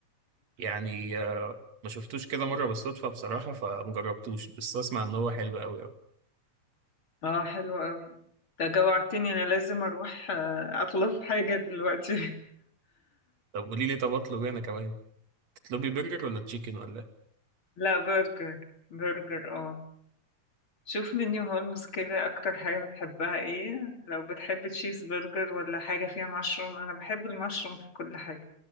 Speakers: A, on the right (about 65°); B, on the left (about 45°).
A: يعني آه، ما شفتوش كده مرة بالصدفة بصراحة فمجربتوش بس أسمع إن هو حلو أوي أوي
B: اه حلو قوي ده جوعتني انا لازم اروح آه، اطلب حاجة دلوقتي
A: طب قولي لي طب أطلب إيه أنا كمان تطلبي برجر ولا تشيكن ولا إيه؟
B: <laughs> لا برجر برجر اه شوف منيو هولمز كده اكتر حاجة بتحبها ايه لو بتحب تشيز برجر ولا حاجة فيها مشروم انا بحب المشروم في كل حاجة